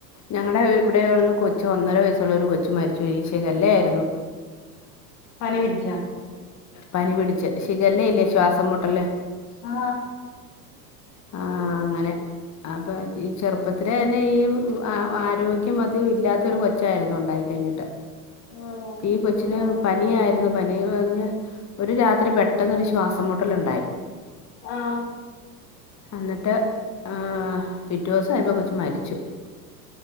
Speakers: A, on the left; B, on the left.
A: ഞങ്ങളടെ ഇവിടെ ഒരു കൊച്ചു ഒന്നര വയസ്സുള്ള ഒരു കൊച്ചു മരിച്ചു ഈശ <unintelligible> ക്കല്ലേ ആയിരുന്നു
B: <inaudible>
A: പനി പിടിച്ച ശ- ഇതല്ലേ ഇല്ലേ ശ്വാസമുട്ടല്
B: ആ
A: ആ അങ്ങനെ അപ്പൊ ഈ ചെറ്പ്പത്തിലെ തന്നെ ഈ ആരോഗ്യം അത് ഇല്ലാത്തൊരു കൊച്ചായിരുന്നു ഉണ്ടായി കഴിഞ്ഞിട്ട്
B: ആണോ
A: ഈ കൊച്ചിനെ പനിയായിരുന്നു പനി <unintelligible> ഒരു രാത്രി പെട്ടെന്നരു ശ്വാസം മുട്ടലുണ്ടായി
B: ആഹ്
A: എന്നിട്ട്ആഹ് പിറ്റോസായപ്പോ കൊച്ച് മരിച്ചു